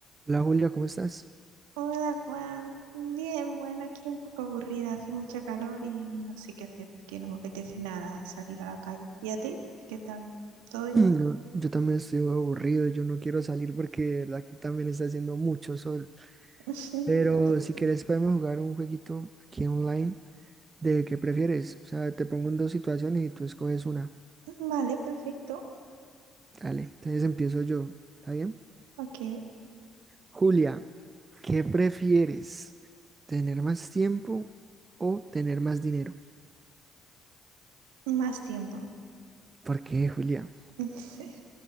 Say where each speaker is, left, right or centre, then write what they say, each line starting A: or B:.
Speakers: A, on the right (about 35°); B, on the right (about 80°).
A: Hola Julia, ¿cómo estás? <clears throat>
B: Hola Juan, bien, bueno, aquí un poco aburrida, hace mucha calor y no sé qué hacer porque no me apetece nada salir a la calle. ¿Y a ti? ¿Qué tal? ¿Todo bien?
A: No, yo también estoy aburrido, yo no quiero salir porque de verdad aquí también está haciendo mucho sol.
B: <laughs>
A: Pero
B: Pues,
A: si quieres podemos jugar un jueguito aquí online de qué prefieres. O sea, te pongo en dos situaciones y tú escoges una.
B: Vale, perfecto.
A: Dale, entonces empiezo yo, ¿está bien?
B: Ok,
A: Julia, ¿qué prefieres? ¿Tener más tiempo o tener más dinero?
B: más tiempo.
A: ¿Por qué, Julia?
B: <laughs>